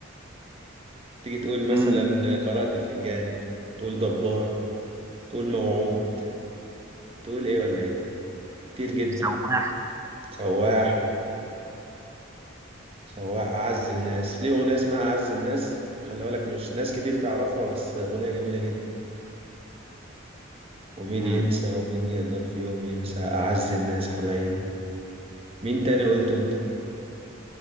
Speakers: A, on the right (about 30°); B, on the right (about 15°).
A: تيجي تقول مثلا
B: امم
A: قراءة الفنجان تقول جبار تقول موعود تقول ايه ولا ايه كتير جدا
B: سواح
A: سواح سواح اعز الناس ليه اغنية اسمها اعز الناس خلي بالك مش ناس كتير تعرفها بس اغنية جميلة جدا ومين
B: امم
A: ينسى ومين يقدر في يوم ينسى أعز الناس حبايبنا مين تاني قلته انت